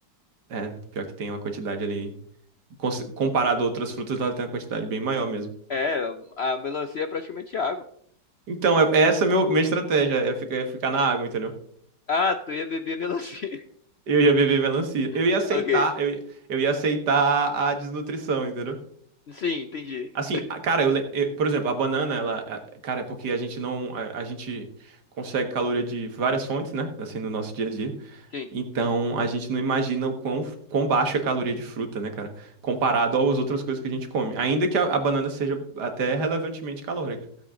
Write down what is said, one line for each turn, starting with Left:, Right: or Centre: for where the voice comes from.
Right: É, pior que tem uma quantidade ali. cons- Comparado a outras frutas, ela tem uma quantidade bem maior mesmo.
Left: É, a melancia é praticamente água.
Right: Então, é, é essa meu, minha estratégia, é ficar, é ficar na água, entendeu?
Left: Ah, tu ia beber melancia.
Right: Eu ia beber melancia. Eu
Left: <laughs>
Right: ia aceitar,
Left: Ok.
Right: eu, ia- eu ia aceitar a desnutrição, entendeu?
Left: Sim, entendi.
Right: Assim, a- cara, eu, le- eu- por exemplo, a banana, ela, a- cara, é porque a gente não, a, a gente consegue caloria de várias fontes, né? Assim, no nosso dia a dia.
Left: Sim,
Right: Então, a gente não imagina o quão, quão baixo é a caloria de fruta, né, cara? Comparado às outras coisas que a gente come. Ainda que a, a banana seja até relevantemente calórica.